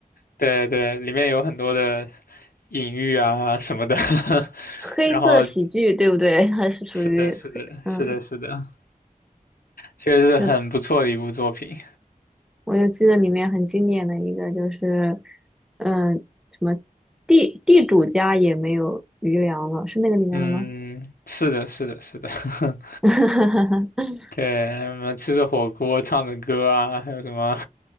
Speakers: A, on the left; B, in the centre.
A: 对对，里面有很多的隐喻啊什么的。<laughs>
B: 黑色喜剧，
A: 然后是
B: 对不对？<laughs> 他是属于黑，
A: 的，是的，
B: 嗯，
A: 是的，是的，确实是很不错的一部作品。
B: 是，我就记得里面很经典的一个就是，嗯，什么地地主家也没有余粮了，是那个里面的吗？
A: 嗯，是的，是的，是的。<laughs>
B: <laughs>
A: 对，什么吃着火锅唱着歌啊，还有什么，